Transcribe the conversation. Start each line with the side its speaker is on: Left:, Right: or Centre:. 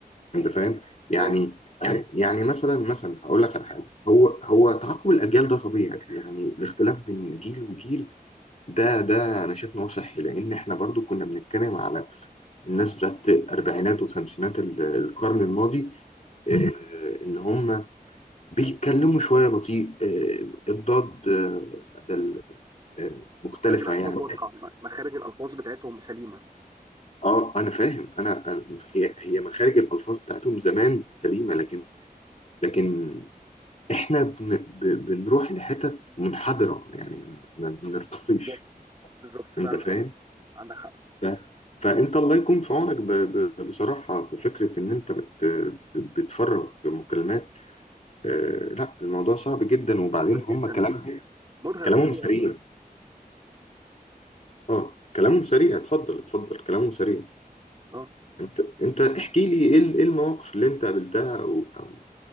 Left: انت فاهم يعني
Right: ايوه
Left: يعني يعني مثلا مثلا هقول لك على حاجة هو هو تعاقب الاجيال ده طبيعي يعني الاختلاف بين جيل وجيل ده ده انا شايف ان هو صحي لان احنا برضو كنا بنتكلم على الناس بتاعت الاربعينات والخمسينات ال- القرن الماضي آه، ان هم بيتكلموا شوية بطيء آه، الضاد آه، بدل آه، مختلفة
Right: مخارج الالفاظ
Left: يعني
Right: واضحه مخارج الالفاظ بتاعتهم سليمه
Left: اه انا فاهم انا أنا- هي هي مخارج الالفاظ بتاعتهم زمان سليمه لكن لكن احنا بن ب- بنروح لحتت منحدره يعني ما بنرتقيش
Right: بالظبط بالظبط فعلا
Left: انت فاهم
Right: عندك حق
Left: ف- فانت الله يكون في عونك ب- ب- بصراحه في فكره ان انت بت ب- بتفرغ مكالمات آه، لا الموضوع صعب جدا وبعدين
Right: لا
Left: هم
Right: جدا
Left: كلامهم
Right: مرهق
Left: كلامهم
Right: قوي
Left: سريع
Right: يا صديقي
Left: اه كلامهم سريع اتفضل اتفضل كلامهم سريع
Right: اه
Left: انت انت احكي لي ايه ال- ايه المواقف اللي انت قابلتها او او